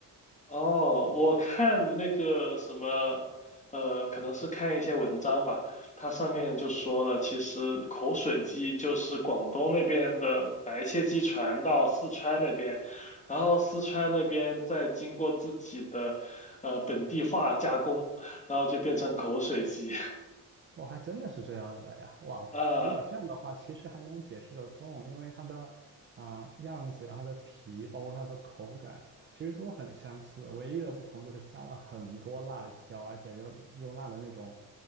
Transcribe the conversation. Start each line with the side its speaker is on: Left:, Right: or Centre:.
Left: 哦，我看那个什么，呃，可能是看一些文章吧，它上面就说了，其实口水鸡就是广东那边的白切鸡传到四川那边，然后四川那边再经过自己的呃本地化加工，然后就变成口水鸡
Right: 我还真的是这样的呀！哇哦，
Left: <laughs> 啊。呃
Right: 如果这样的话，其实还能解释得通，因为它的啊、样子呀、它的皮，包括它的口感，其实都很相似。唯一的不同就是加了很多辣椒，而且又用辣的那种